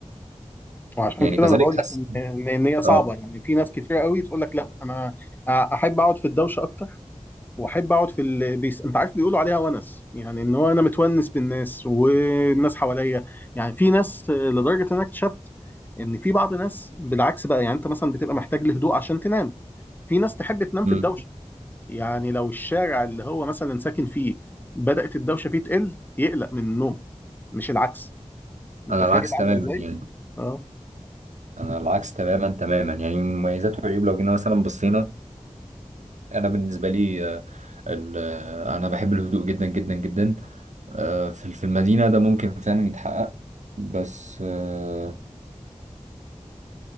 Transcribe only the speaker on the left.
وعشان
كده
انا بقول لك
ان ان إن هي صعبه
يعني في ناس كتير قوي تقول لك لا انا احب اقعد في الدوشه اكتر واحب اقعد في ال... بيس... انت عارف بيقولوا عليها ونس يعني ان هو انا متونس بالناس والناس حواليا يعني في ناس لدرجه ان انا اكتشفت ان في بعض ناس بالعكس بقى يعني انت مثلا بتبقى محتاج لهدوء عشان تنام في ناس تحب تنام في
الدوشه يعني لو الشارع اللي هو مثلا ساكن فيه بدأت الدوشه فيه تقل يقلق من النوم مش العكس متخيل
عامله
ازاي؟
اه